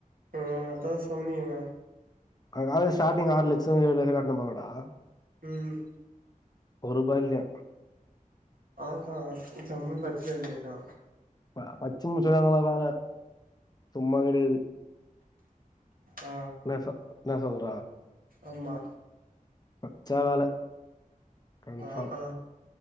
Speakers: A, on the right (about 85°); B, on the left (about 30°).
A: ஆ அதா சொன்னிங்ளே
B: காலேஜ் ஸ்டார்டிங் ஆறு லட்ச ஏழு லட்ச கட்னமல்லடா
A: ம்
B: ஒருபா இல்லயா
A: அதுதா ஜம்முனு பட்ச்சிக்க வேண்டியதுதா
B: ப பட்ச்சிம் சொன்னாங்ளா வேல சும்மா கெடையாது
A: ஆ
B: என்ன சொ என்ன சொல்ற
A: அம்மா
B: பட்ச்சா வேல கன்ஃபார்ம்
A: ஆ ஆ